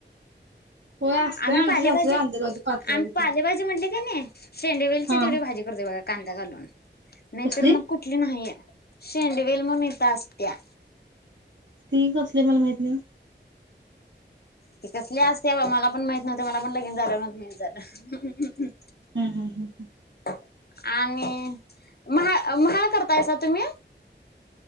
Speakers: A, on the right; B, on the left.
A: होय असतय
B: आम्ही
A: आमची
B: पालेभाजी
A: सासू आणत्यात बघा ती पात्र
B: आम्ही
A: बित्र
B: पालेभाजी म्हणल की की नाही शेंडवेलची
A: हा
B: तेवढी भाजी करतोय बघा कांदा घालून नाहीतर
A: कसली
B: मग कुठली नाहीय शेंडवेल म्हणून हित असत्या
A: ती कसली मला माहित नाही हो
B: ती कसली असत्या बाबा मला पण माहित नव्हत मला पण लगीन झाल्यावरच माहित झालं
A: हम्म हम्म हम्म
B: <inaudible> आणि महा म्हाळ करतायसा तुम्ही